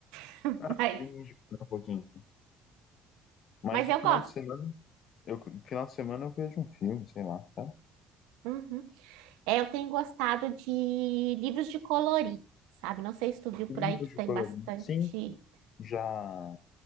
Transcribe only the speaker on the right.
<laughs>
Mas,
mas
eu
gosto.
Uhum. É, eu tenho gostado de livros de colorir, sabe? Não sei se tu viu
por aí que
tem
bastante.